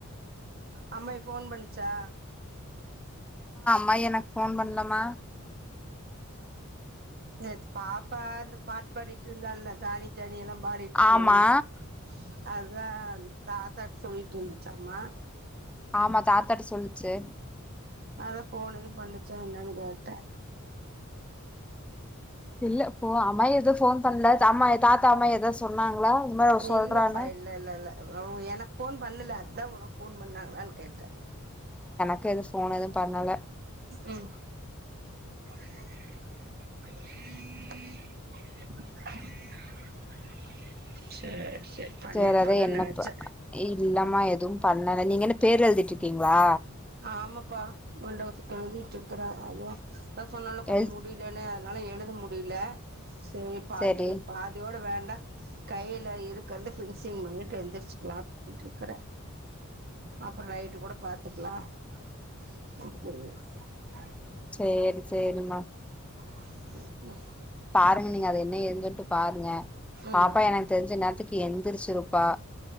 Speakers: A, on the right (about 45°); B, in the centre.
A: அம்மா ஏ ஃபோன் பண் சா
B: மா எனக்கு போன் பண்ணலமா
A: நேத்து பாப்பா அந்து பாட்டு பாடிருந்தால்ல ஜானி <unintelligible>
B: ஆமா
A: அதுதான் தாத்தாிட்ட சொல்லிட்டு இருந்துச்சு ஆமா
B: ஆமா தாத்தாட்டு சொல்லுச்சு
A: அதான் போன் எதுவும் பண்ணிச்சா என்னன்னனு கேட்டேன்
B: இல்ல போ அம் எதவும் போன் பண்ணல <unintelligible> தாத்தா அம்மா எதது சொன்னாங்களா மாரி அவ சொல்றான்னு
A: இல்லப்பா இல்ல இல்ல இல்ல எனக்கு போன் பண்ணல அதான் உனக்கு போன் பண்ணாங்களான்னு கேட்டேன்
B: <unintelligible> போன எதுவும் பண்ணல
A: ம் <inaudible> <inaudible> <unintelligible> பண்ணிருப்பாங்கன்னு
B: ச்ற அ அத என்னப்ப
A: நெனச்சே
B: இல்லாம எதுவும் பண்ணல நீங்க என்ன பேர் எழுதி இருக்கீங்களா
A: ஆமாப்பா மண்டபத்துக்குழுங்கட்டு இருக்கறா அான் அதான் சொன்னேன் கொஞ்ச
B: எழு
A: முடியலன்னு என்னால எழுத முடியல சரி பாதி
B: சேரி
A: பாதியோட வேண்டாம் கையில இருக்றத ஃபினிசிங் பண்ணிட்டு எழுந்திரச்சுக்கலாம் அப்படிருக்கற அப்புறோ நைட்டு கூட பாத்துக்கலாம் <unintelligible>
B: ச்சேரி ச்சேரிம்மா
A: <unintelligible>
B: பாருங்க நீங்க அது ஏதுன்ட்டு பாருங்க
A: ம்
B: பாப்பா
A: ம்
B: எனக்கு தெரிஞ்ச நேத்துக்கு எந்திரிச்சுிருப்பா